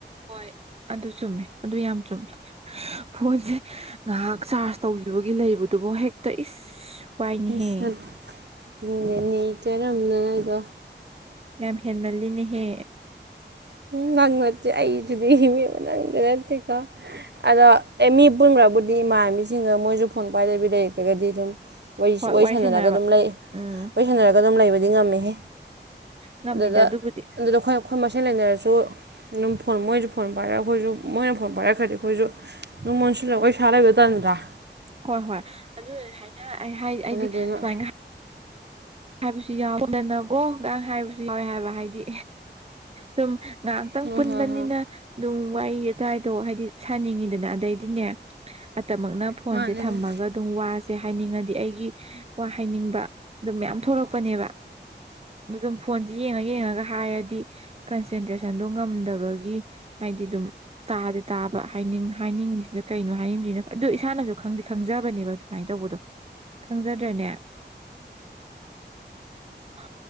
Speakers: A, on the right; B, on the right.
A: ꯍꯣꯏ ꯑꯗꯨ ꯆꯨꯝꯃꯦ ꯑꯗꯨ ꯌꯥꯝ ꯆꯨꯝꯃꯦ ꯐꯣꯟꯁꯦ ꯉꯥꯏꯍꯥꯛ ꯆꯥꯔꯖ ꯇꯧꯒ ꯕꯒꯤ ꯂꯩꯕꯗꯨꯕꯨ ꯍꯦꯛꯇ ꯏꯁ ꯋꯥꯏꯅꯦꯍꯦ
B: ꯑꯩꯁ ꯍꯤꯡꯒꯅꯤ ꯀꯔꯝꯅꯒ
A: ꯌꯥꯝ ꯍꯦꯟꯃꯜꯂꯤꯅꯦꯍꯦ
B: ꯎ ꯉꯪꯉꯠꯇꯦ ꯑꯩ ꯁꯤꯗꯤ ꯃꯤ ꯑꯃ ꯅꯪꯗꯤ ꯅꯠꯇꯦꯀꯣ ꯑꯗꯣ ꯑꯦ ꯃꯤ ꯄꯨꯟꯈ꯭ꯔꯕꯨꯗꯤ ꯏꯃꯥꯟꯅꯕꯤꯁꯤꯡꯒ ꯃꯣꯏꯁꯨ ꯐꯣꯟ ꯄꯥꯏ ꯂꯩꯕꯤ ꯂꯩꯏꯒꯗꯤ ꯑꯗꯨꯝ
A: ꯍꯣꯏ
B: ꯋꯥꯔꯤ ꯁꯥꯟꯅꯔꯒ
A: ꯁꯥꯟꯅꯔꯕ
B: ꯑꯗꯨꯝ ꯂꯩ
A: ꯎꯝ
B: ꯋꯥꯔꯤ ꯁꯅꯔꯒ ꯑꯗꯨꯝ ꯂꯩꯕꯗꯤ ꯉꯝꯃꯦꯍꯦ
A: ꯉꯝꯗ
B: ꯑꯗꯨꯗ
A: ꯑꯗꯨꯗꯨꯕꯨꯗꯤ
B: ꯑꯗꯨꯗ ꯑꯩꯈꯣꯏ ꯑꯩꯈꯣꯏ ꯃꯁꯦꯜ ꯂꯩꯅꯔꯁꯨ ꯑꯗꯨꯝ ꯐꯣꯟ ꯃꯣꯏꯁꯨ ꯐꯣꯟ ꯄꯥꯏꯔꯒ ꯑꯩꯈꯣꯏꯁꯨ ꯃꯣꯏꯅ ꯐꯣꯟ ꯄꯥꯏꯔꯛꯈ꯭ꯔꯗꯤ ꯑꯩꯈꯣꯏꯁꯨ ꯅꯨꯡꯉꯣꯟꯁꯨꯂ ꯋꯥꯔꯤ ꯏꯁꯥ ꯂꯩꯕ ꯇꯅꯤꯗ꯭ꯔꯥ
A: ꯍꯣꯏ ꯍꯣꯏ ꯑꯗꯨ ꯍꯥꯏꯅ ꯑꯩ ꯍꯥꯏ
B: ꯑꯗꯨꯗꯨꯅ
A: ꯑꯩꯗꯤ ꯁꯨꯃꯥꯏꯅ ꯍꯥꯏꯕꯁꯨ ꯌꯥꯎꯋꯦꯗꯅꯀꯣ ꯥꯡ ꯍꯥꯏꯕꯁꯨ ꯌꯥꯎꯋꯦ ꯍꯥꯏꯕ ꯍꯥꯏꯗꯤ ꯁꯨꯝ ꯉꯥꯏꯍꯥꯛꯇꯪ
B: ꯍꯣꯏ
A: ꯄꯨꯟꯕꯅꯤꯅ
B: ꯍꯣꯏ ꯍꯣꯏ
A: ꯑꯗꯨꯝ ꯋꯥꯔꯤ ꯑꯇꯥꯏꯏꯗꯣ ꯍꯥꯏꯗꯤ ꯁꯥꯅꯤꯡꯉꯤꯗꯅ ꯑꯗꯩꯗꯤꯅꯦ ꯗꯃꯛꯅ ꯐꯣꯟꯁꯦ
B: ꯃꯥꯅꯦ
A: ꯊꯝꯃꯒ
B: ꯃꯥꯅꯦ
A: ꯑꯗꯨꯝ ꯋꯥꯁꯦ ꯍꯥꯏꯅꯤꯡꯉꯗꯤ ꯑꯩꯒꯤ ꯋꯥ ꯍꯥꯏꯅꯤꯡꯕ ꯑꯗꯨꯝ ꯃꯌꯥꯝ ꯊꯣꯔꯛꯄꯅꯦꯕ ꯑꯗꯨ ꯑꯗꯨꯝ ꯐꯣꯟꯁꯦ ꯌꯦꯡꯉ ꯌꯦꯡꯉꯒ ꯍꯥꯏꯔꯗꯤ ꯀꯟꯁꯦꯟꯇ꯭ꯔꯦꯁꯟꯗꯣ ꯉꯝꯗꯕꯒꯤ ꯍꯥꯏꯗꯤ ꯑꯗꯨꯝ ꯇꯥꯗꯦ ꯇꯥꯕ ꯍꯥꯏ ꯍꯥꯏꯅꯤꯡ ꯍꯥꯏꯅꯤꯡꯉꯤꯁꯤꯗ ꯀꯩꯅꯣ ꯍꯥꯏꯅꯤꯡꯗ꯭ꯔꯤꯅꯣ ꯑꯗꯨꯣ ꯏꯁꯥꯅꯁꯨ ꯈꯪꯗꯤ ꯈꯪꯖꯕꯅꯦꯕ ꯑꯗꯨꯃꯥꯏꯅ ꯇꯧꯕꯗꯣ ꯈꯪꯖꯗ꯭ꯔꯦꯅꯦ ꯑ